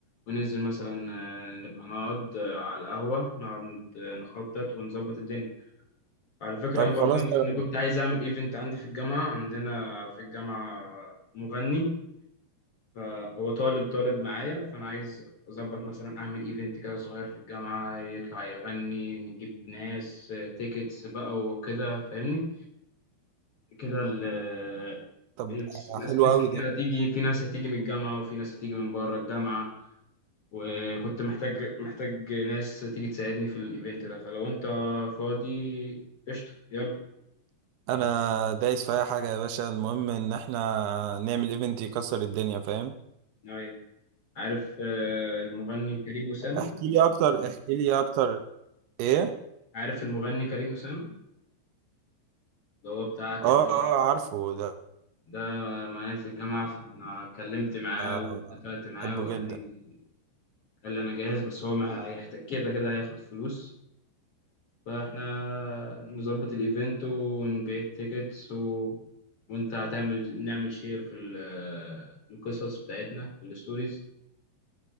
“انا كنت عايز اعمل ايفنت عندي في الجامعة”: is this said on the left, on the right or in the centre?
Left